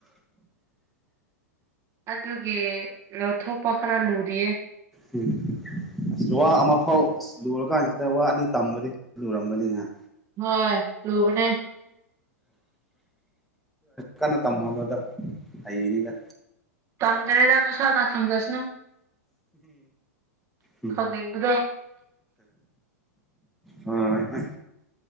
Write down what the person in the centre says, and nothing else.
ꯎꯝ ꯑꯁ ꯋꯥ ꯑꯃ ꯐꯥꯎ ꯑꯁ ꯂꯨꯔꯀꯥꯟꯁꯤꯗ ꯋꯥ ꯑꯅꯤ ꯇꯝꯕꯗꯤ ꯂꯨꯔꯝꯒꯅꯤ ꯍꯥ
ꯀꯟꯅ ꯇꯃꯍꯟꯂꯨꯗ ꯍꯩꯒꯅꯤꯗ
ꯎꯝꯝ
ꯍꯣꯏ ꯍꯣꯏ